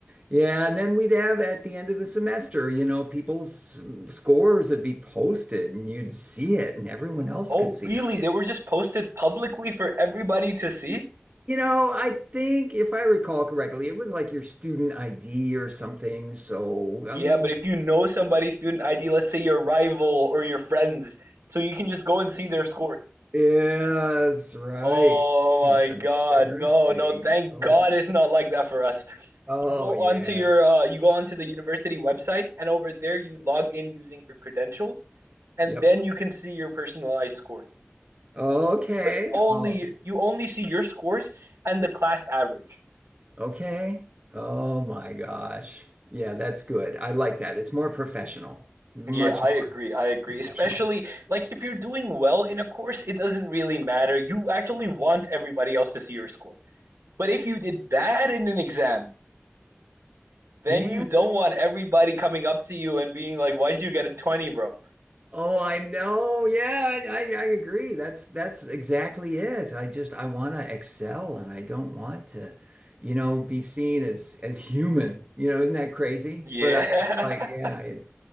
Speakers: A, on the right; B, on the right.
A: Yeah. And then we'd have at the end of the semester, you know, people's scores would be posted and you'd see it and everyone else
B: Oh,
A: could see
B: really?
A: how you
B: They were just posted publicly for everybody to see?
A: You know, I think if I recall correctly, it was like your student ID or something. So,
B: Yeah,
A: I mean,
B: but if you know somebody's student ID, let's say your rival or your friends, so you can just go and see their scores.
A: yes, right.
B: Oh my
A: Talking about
B: God,
A: embarrassing.
B: no, no, thank
A: Oh,
B: God it's not like that for us.
A: oh
B: You go
A: yeah.
B: onto your uh, you go onto the university website, and over there you log in using your credentials, and
A: Yep.
B: then you can see your personalized scores.
A: Okay.
B: But only
A: Um,
B: you only see your scores and the class average.
A: okay. Oh my gosh. Yeah, that's good. I like that. It's more professional, much
B: Yeah, I agree.
A: more
B: I agree.
A: professional.
B: Especially like if you're doing well in a course, it doesn't really matter. You actually want everybody else to see your score. But if you did bad in an exam, then
A: Yeah.
B: you don't want everybody coming up to you and being like, "Why did you get a 20, bro?"
A: Oh, I know. Yeah, I, I, I agree. That's that's exactly it. I just I want to excel and I don't want to, you know, be seen as as human. You know, isn't that crazy?
B: Yeah.
A: But I, it's like, yeah, it,